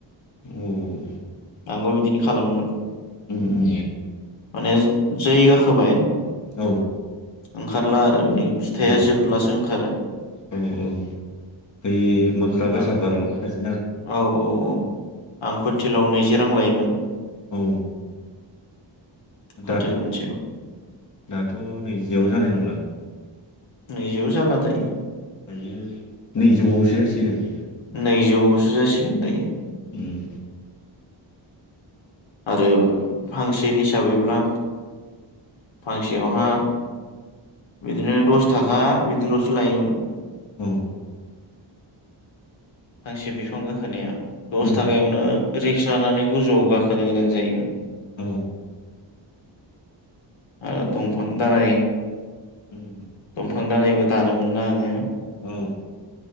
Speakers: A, on the left; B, on the left.
A: औ
B: आंबो बिदिनो खालामोमोन
A: उम उम
B: माने जै गाखोबाय
A: औ
B: ओंखारला आरो बे फिथाइया
A: औ
B: जोबब्लासो ओंखारो
A: औ औ बै मोख्राबायसा
B: आ-
A: बारलांबाय थासि
B: औ औ औ आं कुन्टिलाव नैजि रां लायोमोन
A: औ दा
B: कुइन्टेल मोनसेयाव
A: दाथ' नैजि जेयाव जानाय नंला
B: नै जियाव जाला दायो।
A: दायो नैजौआवसो जासिगोन
B: नैजौसो जासिगोन दायो
A: उम
B: आरो फांसे हिसाबैब्ला फांसेयावहा बिदिनो दस थाखा बिदिल'सो लायोमोन।
A: औ
B: फांसे बिफां गाखो नाया दस
A: उम
B: थाखायावनो रिक्स लानानै गोजौआव गाखोनो गोनां जायोमोन
A: औ
B: ओ दफां दानाय
A: उम
B: दंफां दानायबो दानोमोन ना आङो
A: औ